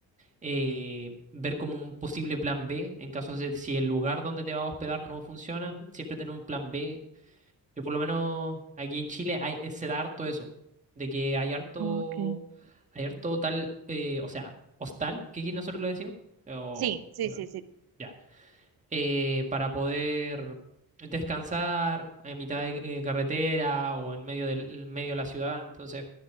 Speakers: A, on the right; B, on the right.
A: eh, ver como un posible plan B en caso de si el lugar donde te vas a hospedar no funciona, siempre tener un plan B que por lo menos aquí en Chile hay, eh, se da harto eso, de que hay harto,
B: ok.
A: hay harto tal, eh, o sea, hostal, que aquí nosotros lo decimos, o,
B: Sí, sí,
A: eh,
B: sí, sí.
A: ya, eh, para poder descansar en mitad de eh, carretera o en medio del en medio de la ciudad, entonces